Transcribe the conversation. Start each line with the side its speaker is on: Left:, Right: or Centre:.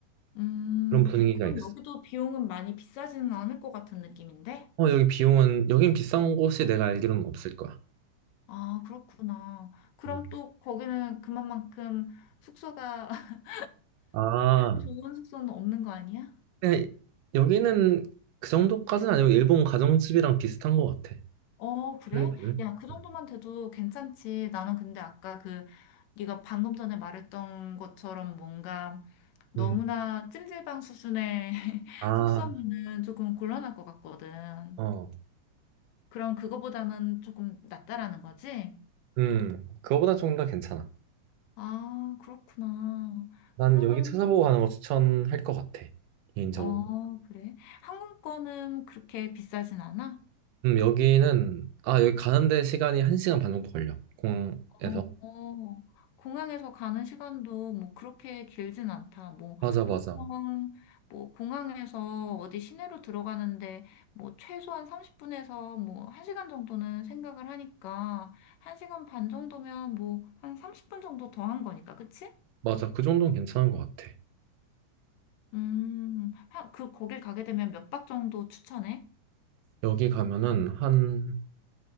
Left: 음,
Right: 그런 음. 분위기가
Left: 그럼
Right: 있어.
Left: 여기도 비용은 많이 비싸지는 않을 것 같은 느낌인데?
Right: 어, 여기 비용은, 여긴 비싼 곳이 내가 알기로는 없을 거야.
Left: 아, 그렇구나. 그럼
Right: 음.
Left: 또 거기는 그만큼 숙소가 <laughs>
Right: 아,
Left: 좋은 숙소는 없는 거 아니야?
Right: 그냥 여기는 그 정도까지는 아니고, 일본 가정집이랑 비슷한 것 같아.
Left: 어, 그래?
Right: 플레이트
Left: 야, 그 정도만
Right: 음.
Left: 돼도 괜찮지. 나는 근데 아까 그 네가 방금 전에 말했던 것처럼 뭔가 너무나
Right: 음.
Left: 찜질방 수준의 <laughs>
Right: 아,
Left: 숙소면은 조금 곤란할 것 같거든.
Right: 어.
Left: 그럼 그거보다는 조금 낫다라는 거지?
Right: 음. 그거보다 조금 더 괜찮아.
Left: 아, 그렇구나.
Right: 난
Left: 그러면,
Right: 여기 찾아보고 가는 거 추천할 것 같아. 개인적으로.
Left: 어, 그래. 항공권은 그렇게 비싸진 않아?
Right: 음, 여기는, 아, 여기 가는데 시간이 한 시간 반 정도 걸려. 공에서.
Left: 어, 어. 공항에서 가는 시간도 뭐 그렇게 길진 않다. 뭐
Right: 맞아, 맞아.
Left: 보통 뭐 공항에서 어디 시내로 들어가는데 뭐 최소한 30분에서 뭐 1시간 정도는 생각을 하니까 1시간 반 정도면 뭐 한 30분 정도 더한 거니까. 그치?
Right: 맞아. 그 정도는 괜찮은 것 같아.
Left: 음, 하- 그 거길 가게 되면 몇 박 정도 추천해?
Right: 여기 가면은 한